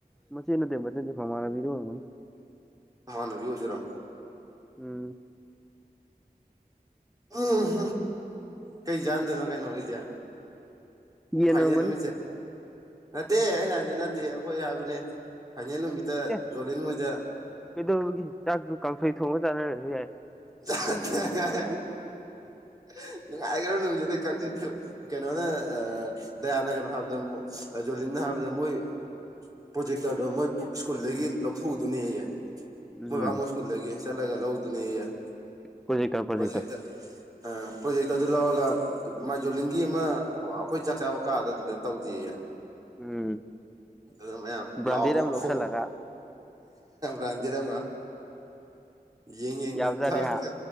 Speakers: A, in the centre; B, on the right.
A: ꯃꯆꯦ ꯅꯠꯇ ꯃꯦꯗꯤ ꯐꯃꯔꯕꯤꯔꯣꯑꯣ
B: ꯃꯥꯅꯕꯤ ꯍꯧꯖꯔꯝ
A: ꯎꯝ
B: ꯎꯝ ꯀꯩ ꯌꯥꯥꯟꯗꯣꯏꯅꯣ ꯀꯩꯅꯣ ꯍꯧꯁꯦ
A: ꯌꯦꯟ
B: ꯐꯥꯏꯅꯦꯜ
A: ꯑꯣꯏꯔꯝꯒꯅꯤ
B: ꯅꯨꯃꯤꯠꯁꯦ ꯅꯠꯇꯦ ꯑꯩꯅ ꯍꯥꯏꯗꯤ ꯅꯠꯇꯦ ꯑꯩꯈꯣꯏ ꯍꯥꯏꯕꯅꯦ ꯐꯅꯅꯃꯤꯇ
A: ꯑꯦ
B: ꯖꯣꯂꯅ ꯃꯖꯥ
A: ꯀꯩꯗꯧꯔꯒꯦ ꯆꯥꯛꯇꯨ ꯀꯥꯡꯁꯣꯏ ꯊꯣꯡꯉ ꯆꯥꯅꯔꯁꯨ ꯌꯥꯏ
B: <inaudible> ꯅꯨꯡꯉꯥꯏꯈꯔꯣ ꯅꯨꯃꯤꯠꯠꯇꯨꯗꯩ ꯀꯥꯡꯁꯤꯩꯠꯇ ꯀꯩꯅꯣꯅ ꯗꯌꯥꯅ ꯀꯩꯅꯣ ꯍꯥꯏꯕꯗ ꯑꯗꯨꯣ ꯂꯤꯅ ꯍꯥꯏꯕꯗ ꯃꯣꯏ ꯄ꯭ꯔꯣꯖꯦꯛꯇꯔꯗꯣ
A: ꯊꯣꯛꯑꯣꯏ
B: ꯃꯣꯏ ꯁ꯭ꯀꯨꯜꯗꯒꯤ ꯂꯧꯊꯣꯛꯎꯗꯨꯅꯦ ꯑꯩꯌꯦꯦ
A: ꯎꯝ
B: ꯃꯣꯏ ꯕꯥ ꯃꯣꯏ ꯁ꯭ꯀꯨꯜꯗꯒꯤ ꯆꯠꯂꯒ ꯂꯧꯗꯨꯅꯦ꯭ꯔꯦꯛꯇ꯭ꯔꯦꯛꯇ
A: ꯄ꯭ꯔꯣꯖꯦꯛꯇꯔ ꯄ꯭ꯔꯣꯖꯦꯛꯇꯔ
B: ꯑꯗꯨ ꯂꯧꯔꯒ ꯃꯥꯏꯖꯣꯂꯤꯡꯒꯤ ꯑꯃ ꯑꯩꯈꯣꯏ ꯆꯥꯛ ꯆꯥꯕ ꯀꯥꯗꯣ ꯑꯗꯨꯗ ꯇꯧꯗꯦꯌꯦ
A: ꯎꯝ
B: ꯑꯗꯨ ꯃꯌꯥꯝ
A: ꯕ꯭ꯔꯥꯟꯗꯦꯠ
B: ꯂꯥꯎꯑꯣꯕ
A: ꯑꯃ ꯂꯧꯁꯜꯂꯒ
B: ꯈꯣ ꯭ꯔꯥꯟꯗꯦꯗ ꯑꯃ ꯌꯦꯡ ꯌꯦꯡꯅ
A: ꯌꯥꯕꯖꯥꯠꯅꯤ
B: ꯈꯛ
A: ꯍꯥ